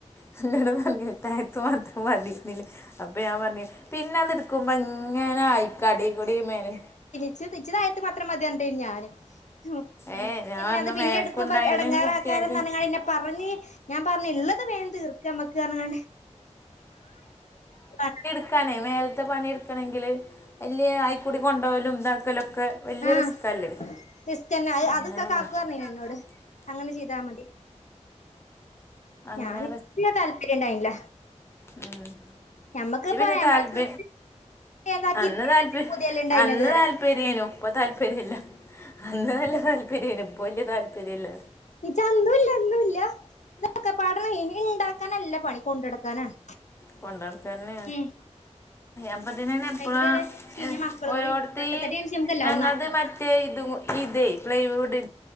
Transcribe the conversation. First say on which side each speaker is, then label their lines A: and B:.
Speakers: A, on the left; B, on the left.
A: നി ന്നോട് പർഞ്ഞില്ലെ തായ്ത്ത് മാത്രം മതി <unintelligible> അപ്പൊ ഞാൻ പർഞ്ഞ് പിന്നെ അത്ട്ക്കുമ്പോ ഇങ്ങനെ ആയിക്കൂടി മേലെ
B: ച് ഇച്ച് തായത്ത് മാത്രം മതിയർന്നിണ്ടേനി ഞാന് <unintelligible>
A: ഏ ഞാൻ
B: പിന്നെ
A: പറഞ്ഞു
B: അത് പിന്നെ
A: മേനക്കുണ്ടായാലും
B: എട്ക്കുമ്പോ എടങ്ങാറാക്കാരം
A: കുട്ടികൾക്ക്
B: ന്നർഞ്ഞ്കാണ്ട് ഇന്നെ പർഞ്ഞ് ഞാൻ പർഞ്ഞ് ഇള്ളത് വേഗം തീർക്കമ്മക്ക് പർഞ്ഞ്ക്കാണ്ട് <unintelligible>
A: ക്കാനെ മേലത്തെ പണി ഇട്ക്കണങ്കില് വല്യ അയ് കൂടി കൊണ്ടോകലും ഇതാക്കലും ഒക്കെ വലിയ
B: ആഹ്
A: റിസ്ക്കല്ലേ,
B: റിസ്ക്കെന്നെ
A: അങ്ങന
B: അത് അത് കാക്കു
A: <unintelligible>
B: പറഞ്ഞീനി എന്നോട് അങ്ങനെ ചെയ്താ മതി
A: അങ്ങനെ
B: ഞാന് <unintelligible> താല്പര്യം ഇണ്ടായിനില്ല.
A: ഉം
B: ഞമ്മക്കിപ്പ
A: ഇജ്ജ് പിന്നെ
B: ഞമ്മളെ
A: താല്പ
B: ഏതാക്കി
A: അന്ന്
B: ഇരിക്കാനല്ലേ
A: താല്പര്യം
B: പൂതിയല്ലേ ഇണ്ടായിനത്
A: അന്ന്
B: പറയാ
A: താല്പര്യനു ഇപ്പ താല്പര്യല്ല അന്ന് നല്ല താല്പര്യംമായി നു ഇപ്പ വലിപയ താല്പര്യം ഇല്ല.
B: ചന്തവുവില്ല ഒന്നുല്ല ഇക്കെ പാടന ഇനി ഉണ്ടാക്ക നല്ല പണി കൊണ്ടടക്കാനാണ്.
A: കൊണ്ട നടക്കന്നെയ
B: ഉം
A: അപ്പത്തിനെ എപ്പഴാഓരോരുത്ത
B: അയിക്കൂടി ഒരേ ചീഞ്ഞ മക്കളും കൂടി ഒട്ടത്തടിയടിച്ച് നമുക്ക് എല്ലാവും
A: ഞങ്ങളത്
B: നടക്കും
A: മറ്റ മറ്റേ ഇത് ഇതേ പ്ളൈവുഡി